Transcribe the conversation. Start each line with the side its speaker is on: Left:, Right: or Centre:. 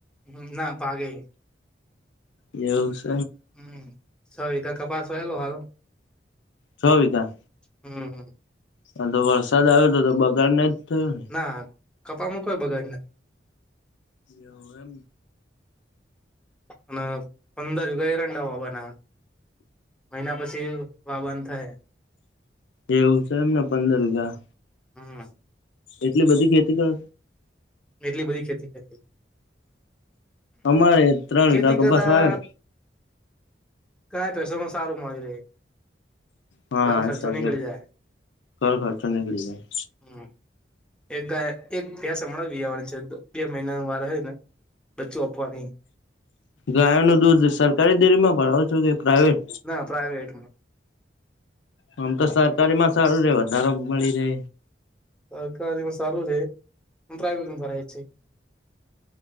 Centre: હ ના પાાગે
Left: ન્યુંઝ
Centre: હમ સવધા કપાસ વાયલો હાલ
Left: છ બીજા
Centre: હમ
Left: હ તો વરસાદ આવ્યો હતો તો બગાડ ના જ થયો ને
Centre: ના કપામાં કોઈ બગાડ નથી
Left: એવ એમ
Centre: અને પંદરગ એરંડા હોવાના મહિના પછી વાબંધ થાયૈ
Left: એવું છે એમને પંદર રા
Centre: હા
Left: એટલી બધી ખેતી કરો
Centre: એટલી બધી ખેતી કરી
Left: અમારે ત્રણ
Centre: ખેતી
Left: વિકા કપાસવા
Centre: કરતા
Left: આવ
Centre: કયા પેસોમાં સારું મળી રહે
Left: હા
Centre: ઘર ખર્ચો નીકળી જાય
Left: ઘર ખર્ચો નીકળી જાય
Centre: હમ એક ગ એક બે્યાસ હણાં વીવાની છે બે મહિનાનું વારે હોય ને બચ્ચું આપવાની
Left: ગાયો નું દૂધ સરકારી દેરીમાં ભરાવો છો કે પ્રાઇવેટ
Centre: હ પ્રાયટ
Left: આમ તો સરકારી માં સારું રે વધારો મળી રહે
Centre: સરકારીમાં સારું છે પણ પ્રાઇવેટ ભરે છે.